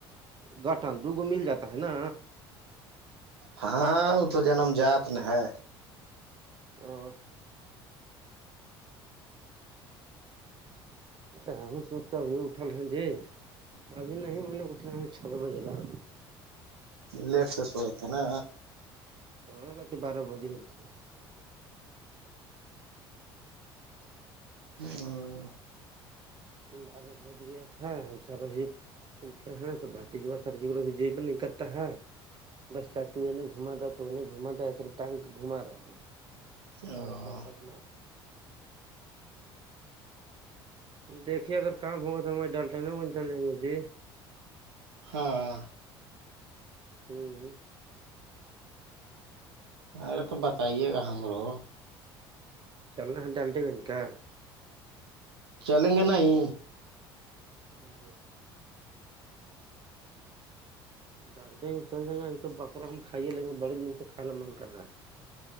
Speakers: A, on the right; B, on the right.
A: گٹھن دوگو مل جاتا ہے نا
B: ہاں وہ تو جنم جات ن ہے
A: او تو ہم سوت کر ابھی اٹھل ہیں جی اب نہیں م نے اٹے آ چال بجےلا
B: لیٹ سے سو تھ نا
A: ہاں رات بارہ بجے ہیل تھ
B: ہاں
A: بارہ بج گیا تھا ہم سارا بھی اٹھے ہ تو بات ج سری جی بھی نہیں کرتا ہے بس چاچی نے گھما تھا تو انیں گھما تھا ایکے ٹانگ کے گھما رہے ہیں بارہثر
B: او
A: بچ ما دیکھیے اگر کام ہوگا تو ہمارے ڈالٹین کون چل جائیں گے جی
B: ہاں
A: ہوں
B: ارے تو بتائیے گا ہمرو
A: چلنا ہے ڈالٹیے گنج کا
B: چلیں گے نہیں
A: ا ڈانٹے چل جیں گا ایک تو بکرا ہم کھائیے لیں گے بڑے دن سے کھانا من کر رہا ہے